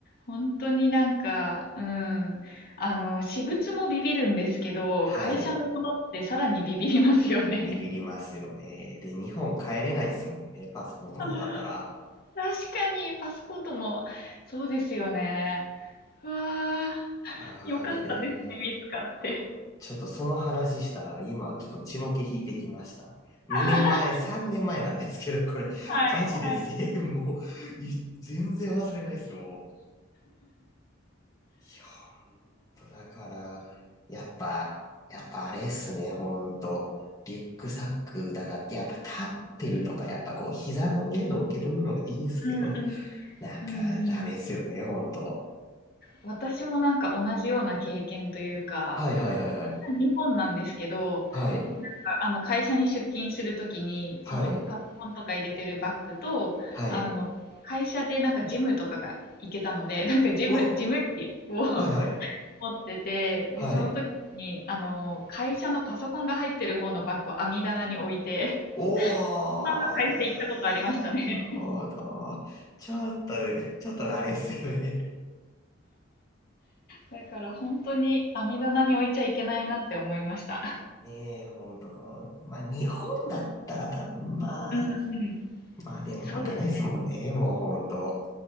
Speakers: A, on the left (about 50°); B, on the left (about 20°).
A: 本当になんか、うん。あの、私物もビビるんですけど、
B: はい。
A: 会社のものってさらにビビりますよね。
B: ビビりますよね。で、日本帰れないですもんね、パスポートなかったら。
A: <laughs> 確かに、パスポートも、そうですよね。うわあ。
B: あれで、
A: よかったですね、見つかって。
B: ちょっとその話したら、今ちょっと血の気引いてきました。2年前、
A: <laughs>
B: 3年前なんですけど、これ、
A: はい、
B: マジで1もう、
A: はい。
B: い全然忘れないですよ。いやとだから、やっぱ、やっぱあれっすね、ほんと。リュックサックだから、やっぱ立ってるとか、やっぱこう、膝の上乗っけとくのがいいんすけど、
A: うん、うん、
B: なんかダメっすよね、
A: うん、うん。
B: ほんと。
A: 私もなんか同じような経験というか、
B: はいはいはいはい。
A: 日本なんですけど、
B: はい。
A: なんかあの会社に出勤するときに、
B: はい。
A: そのパソコンとか入れてるバッグと、
B: はい。
A: あの、会社でなんかジムとかが行けたので、<laughs> なんかジム、
B: うわ、
A: ジム機を <laughs>
B: はいはい。
A: 持ってて、
B: はい。
A: で、その時に、あの、会社のパソコンが入ってる方のバッグを網棚に置いて、
B: おー、
A: ナの会社行ったことありましたね。
B: なるほど。ちょっと、ちょっとあれっすよね。
A: だから本当に網棚に置いちゃいけないなって思いました。
B: <laughs> ねえ、ほんと。まあ、日本だったら多分まあ、
A: うんうん。
B: まあでも湧かないっすもんね、
A: そうです。
B: もうほんと。